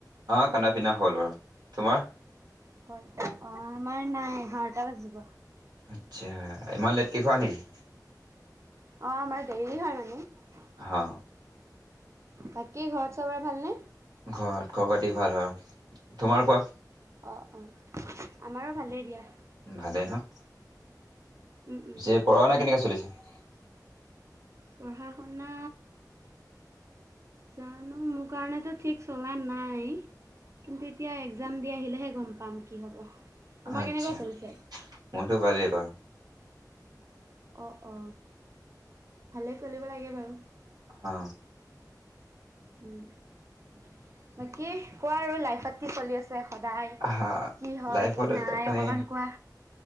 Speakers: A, on the right; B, on the right.
A: অ কান্দা পি্না হ'ল আৰু তোমাৰ
B: হয় অ আমাৰ নাই এঘাৰটা বাজিব
A: আচ্ছা ইমান লেটকে খোৱা নেকি
B: অ আমাৰ দেৰি হয় মানে
A: অ
B: বাকী ঘৰত চবৰে ভালনে
A: ঘৰত ঘৰ পাতি ভাল আৰু তোমাৰ কোৱা
B: অঁ অঁ আমাৰো ভালেই দিয়া
A: ভালেই নহয়
B: উম, উম।
A: যে পঢ়া শুনা কেনেকুৱা চলিছে <unintelligible>
B: পঢ়া শুনা জানো মোৰ কাৰণেত ঠিক চলা নাই কিন্তু এতিয়া এক্জাম দি আহিলেহে গম পাম কি হ'ব তোমাৰ
A: আচ্ছা
B: কেনেকুৱা চলিছে
A: মোৰতো ভালেই বাৰু
B: অ অ ভালে চলিব লাগে বাৰু
A: অ
B: উম বাকী কোৱা আৰু লাইফত কি চলি আছে সদায়?
A: হা
B: কি হয়
A: লাইফত
B: কি
A: এ
B: নাই
A: মানে
B: অকমান কোৱা?